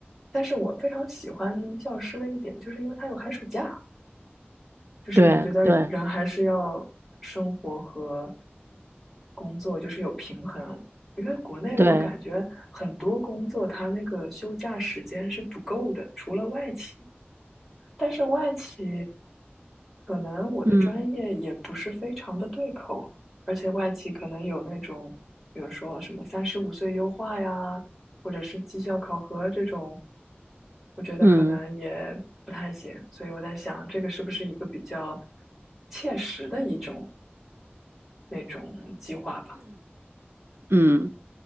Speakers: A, in the centre; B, on the right.
A: 但是我非常喜欢教师的一点，就是因为他有寒暑假，就是我觉得人还是要生活和
B: 对对
A: 工作就是有平衡。因为国内我感觉很多工作它那个休假时间是不够的，
B: 对，
A: 除了外企，但是外企可能我的专业也不是非常的对口，
B: 嗯
A: 而且外企可能有那种，比如说什么三十五岁优化呀，或者是绩效考核这种，我觉得可能也不太行。
B: 嗯
A: 所以我在想，这个是不是一个比较切实的一种那种计划吧？
B: 嗯，